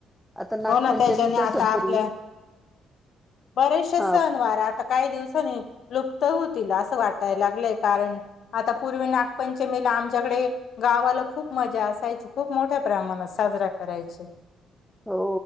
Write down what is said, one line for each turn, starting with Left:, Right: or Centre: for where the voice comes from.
Centre: आता नागपंचमी
Left: हो ना त्याच्याने
Centre: कसं
Left: आता
Centre: पूर्वी
Left: आपल्या बरेचसे
Centre: हा
Left: सण वार आता काही दिवसाांनी लुप्त होतील असं वाटाय लागलंय कारण आता पूर्वी नागपंचमीेला आमच्याकडे गावाला खूप मजा असायची. खूप मोठ्या प्रमाणात साजरा करायची.
Centre: हो